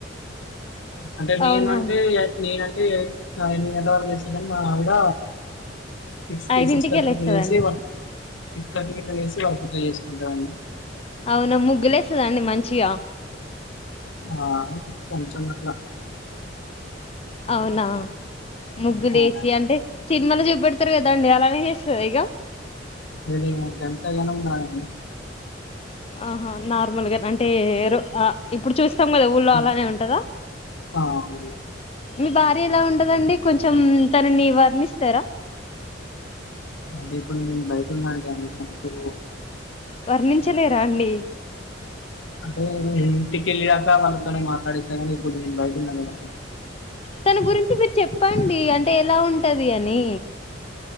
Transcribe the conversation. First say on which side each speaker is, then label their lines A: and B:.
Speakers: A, on the left; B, on the left.
A: అంటే నేను
B: అవునా
A: అంటే నేను ఎ ఐ ఆ ఎనిమిది గంటల వరకు లేస్తా కానీ మా ఆవిడ సిక్స్కి
B: ఐదింటికే
A: సిక్స్ థర్టీకి
B: లేస్తదండి
A: లేసి సిక్స్ థర్టీకి గిట్లా లెసి చ <unintelligible> <unintelligible> చేసుకుంటాఅండి.
B: అవునా ముగ్గులేస్తాదా అండి మంచిగా.
A: ఆ కొంచం అట్లా
B: అవునా ముగ్గులు
A: అవునండి
B: ఎసి అంటే సినిమాలో చెప్ పెడతరు కదా అండి అలానే చేస్తదా ఇగా
A: మరి ఈమె గంతగనం కాదండి.
B: ఆహా నార్మల్గా. అంటే ఎరు అ ఇప్పుడు చూస్ చుస్తాం కదా ఊళ్ళో
A: కొంచెం
B: అలానే ఉంటదా.
A: ఆ, అవునండి.
B: మీ భార్య ఎలా ఉంటదండి. కొంచెం తనని వర్ణిస్తరా.
A: అంటే ఇప్పుడు నేను బయట ఉన్నాండి. అందుకని ఇప్పుడు
B: వర్ణించలేరా అండి.
A: అంటే ఇంటికెళ్లాక వాళ్ళతోని మాట్లాడిస్త గానీ ఇప్పుడు నేను బయటున్న కదండి.
B: తన గురించి మీరు చెప్పండి అం టే ఎలా ఉంటది అనీ.